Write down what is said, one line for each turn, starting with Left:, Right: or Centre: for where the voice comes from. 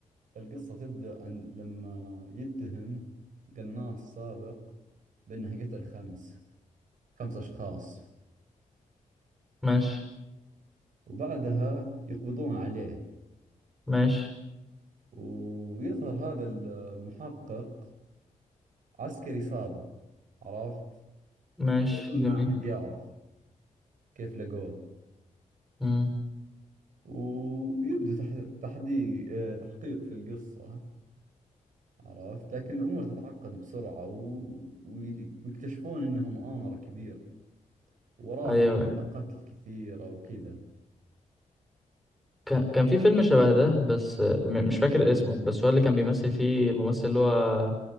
Right: القصة تبدأ عن لما يتهم قناص سابق بأنه قتل خمس خمس أشخاص
Centre: ماشي
Right: وبعدها يقبضون عليه
Centre: ماشي
Right: ويظهر هذا المحقق عسكري سابق عرفت
Centre: ماشي
Right: بدون
Centre: جميل
Right: ما أحد يعرف كيف لقوه
Centre: مم.
Right: ويبدو تح... تحدي... آه، تحقيق في القصة عرفت لكن الأمور تتعقد بسرعة و... وي- ويكتشفون إنها مؤامرة كبيرة وراها
Centre: أيوه
Right: عمليات قتل كثيرة وكذا
Centre: كان كان في فيلم شبه ده بس آه، م- مش فاكر اسمه بس هو اللي كان بيمثل فيه الممثل اللي هو